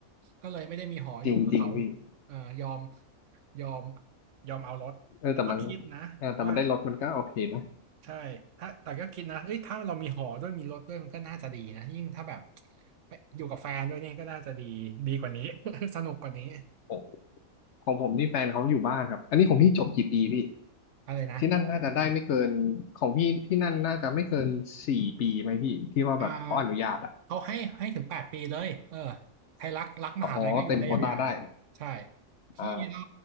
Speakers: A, on the right (about 65°); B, on the left (about 65°).
A: ก็เลยไม่ได้มีหออยู่กับเขา
B: จริงจริงพี่
A: เออยอมยอมยอมเอารถแต่ก็คิดนะว่า
B: เออแต่มันเออแต่มันได้รถมันก็โอเคนะ
A: ใช่ถ้าแต่ก็คิดนะเอ้ยถ้าเรามีหอด้วยมีรถด้วยมันก็น่าจะดีนะยิ่งถ้าแบบไปอยู่กับแฟนด้วยนี่ก็น่าจะดีดีกว่านี้ <laughs> สนุกกว่านี้
B: ของของผมนี่แฟนเขาอยู่บ้านครับอันนี้ของพี่จบกี่ปีพี่
A: อะไรนะ
B: ที่นั่นน่าจะได้ไม่เกินของพี่ที่นั่นน่าจะไม่เกินสี่ปีไหมพี่ที่ว่าแบบเขาอนุญาตอ่ะ
A: อ่าเขาให้ให้ถึงแปดปีเลยเออใครรักรักมหาลัยก็อยู่ได้ยาวๆใช่
B: อ๋อเต็มโควต้าได้
A: พี่ก็
B: อ่า